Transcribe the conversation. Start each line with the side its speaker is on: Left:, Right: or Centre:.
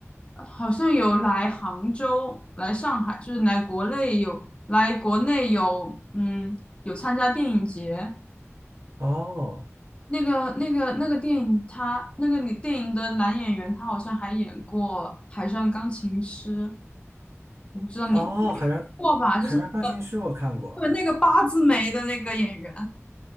Left: 呃好像有来杭州、来上海，就是来国内有来国内有嗯有参加电影节。
Right: 哦，
Left: 那个那个那个电影他，那个女电影的男演员，他好像还演过《海上钢琴师》。我不知道你
Right: 哦，海上
Left: 过吧，
Right: 海上钢琴师我看过，
Left: 就是那个，对那个八字眉的那个演员，